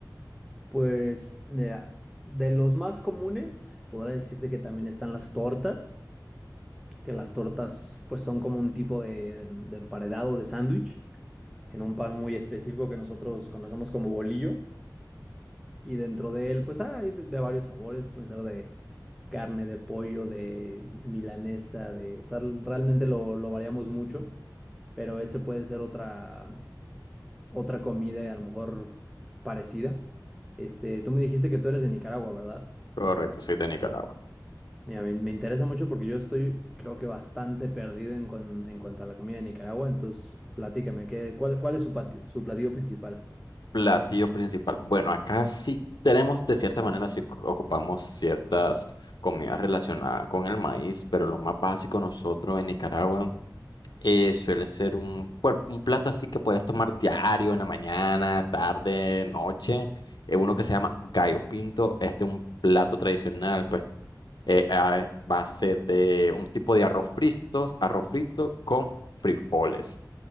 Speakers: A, in the centre; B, on the left.
A: Pues mira, de los más comunes, podría decirte que también están las tortas, que las tortas pues son como un tipo de, de emparedado de sándwich en un pan muy específico que nosotros conocemos como bolillo y dentro de él pues hay de, de varios sabores, pueden ser de carne, de pollo, de milanesa, de, o sea, realmente lo, lo variamos mucho, pero ese puede ser otra, otra comida y a lo mejor parecida. Este, tú me dijiste que tú eres de Nicaragua, ¿verdad?
B: Correcto, soy de Nicaragua.
A: Mira, me, me interesa mucho porque yo estoy, creo que bastante perdido en, cuan- en cuanto a la comida de Nicaragua, entonces platícame, ¿qué, cuál, cuál es su, pati- su platillo principal?
B: Platillo principal. Bueno, acá sí tenemos, de cierta manera, sí co- ocupamos ciertas comidas relacionadas con el maíz, pero lo más básico nosotros en Nicaragua eh, suele ser un, pues, un plato así que puedes tomar diario, en la mañana, tarde, noche. eh, uno que se llama gallo pinto. Este es un plato tradicional, pues eh, a base de un tipo de arroz frito, arroz frito con frijoles.